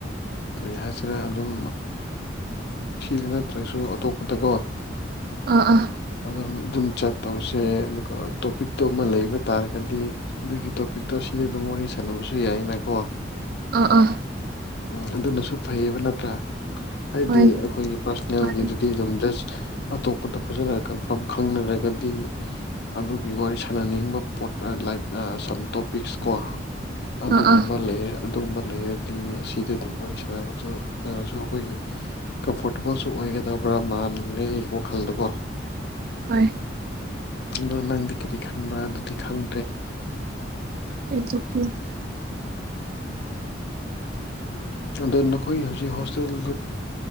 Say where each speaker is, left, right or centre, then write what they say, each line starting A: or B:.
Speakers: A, on the left; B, on the right.
A: ꯀꯔꯤ ꯍꯥꯏꯁꯤꯔꯦ ꯑꯗꯨꯝ ꯁꯤꯗꯨꯅ ꯅꯠꯇ꯭ꯔꯁꯨ ꯑꯇꯣꯞꯄꯗꯀꯣ
B: ꯑꯥ ꯑꯥ
A: ꯑꯗꯨꯝ ꯑꯗꯨꯝ ꯆ ꯇꯧꯁꯦ ꯑꯗꯨꯒ ꯇꯣꯄꯤꯛꯇꯣ ꯑꯃ ꯂꯩꯕ ꯇꯥꯔꯒꯗꯤ ꯑꯗꯨꯒꯤ ꯇꯣꯄꯤꯛꯇꯣ ꯁꯤꯗ ꯑꯗꯨꯝ ꯋꯥꯔꯤ ꯁꯅꯕꯁꯨ ꯌꯥꯏꯅꯀꯣ
B: ꯑꯥ ꯑꯥ
A: ꯎꯝ ꯑꯗꯨꯅꯁꯨ ꯐꯩꯌꯦꯕ ꯅꯠꯇ꯭ꯔꯥ ꯍꯥꯏꯗꯤ
B: ꯍꯣꯏ
A: ꯑꯩꯈꯣꯏꯒꯤ ꯄꯥꯔꯁꯣꯅꯦꯜꯒꯤꯗꯨꯗꯤ
B: ꯃꯥꯅꯦ
A: ꯑꯗꯨꯝ ꯖꯁ ꯑꯇꯣꯞꯄꯗ ꯐꯖꯅ ꯀꯟꯐꯥꯝ ꯈꯪꯅꯔꯒꯗꯤ ꯑꯗꯨꯒꯤ ꯋꯥꯔꯤ ꯁꯥꯟꯅꯅꯤꯡꯕ ꯄꯣꯠ ꯂꯥꯏꯛ ꯁꯝ ꯇꯣꯄꯤꯛꯁ ꯀꯣ ꯑꯗꯨꯒꯨꯝꯕ
B: ꯑꯥ ꯑꯥ
A: ꯂꯩꯔꯦ ꯑꯗꯨꯒꯨꯝꯕ ꯂꯩꯔꯦ ꯑ ꯑꯁꯤꯗ ꯑꯗꯨꯝ ꯋꯥꯔꯤ ꯁꯥꯟꯅꯕꯁꯨ ꯅꯔꯁꯨ ꯑꯩꯈꯣꯏꯒꯤ ꯀꯝꯐꯣꯔꯇꯦꯕꯜꯁꯨ ꯑꯣꯏꯒꯗꯕ꯭ꯔꯥ ꯃꯜꯂꯦ ꯑꯩꯒꯤ ꯋꯥꯈꯜꯗꯨꯀꯣ
B: ꯍꯣꯏ
A: ꯑꯗꯣ ꯅꯪꯗꯤ ꯀꯔꯤ ꯈꯟꯕ꯭ꯔꯥ ꯑꯗꯨꯗꯤ ꯈꯪ
B: ꯑꯩ ꯆꯆ
A: ꯎꯝ ꯑꯗꯣ ꯅꯈꯣꯏ ꯍꯧꯖꯤꯛ ꯍꯣꯁꯇꯦꯜ